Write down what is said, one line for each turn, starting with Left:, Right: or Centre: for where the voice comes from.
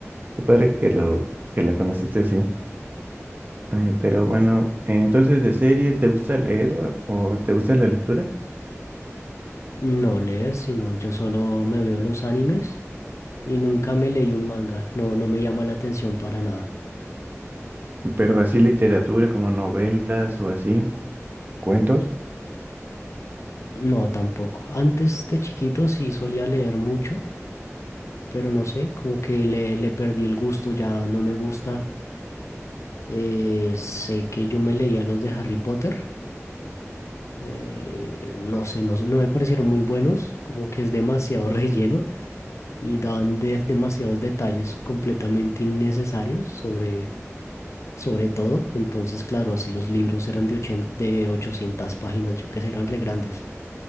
Right: Qué padre que lo, que la conociste así. Eh, pero bueno, eh, entonces de serie, ¿te gusta leer o, o te gusta la lectura?
Left: No leer, sino yo solo me veo los animes y nunca me leí un manga. No, no me llama la atención para nada.
Right: Pero así literatura, como novelas o así, cuentos.
Left: No, tampoco. Antes de chiquito sí solía leer mucho. pero no sé, como que le, le perdí el gusto, ya no me gusta. Eh, sé que yo me leía los de Harry Potter, eh, no sé, no, no me parecieron muy buenos, como que es demasiado <laughs> relleno y daban de- demasiados detalles completamente innecesarios sobre, sobre todo. Entonces, claro, así los libros eran de, 80 de 800 páginas, yo que sé, eran re grandes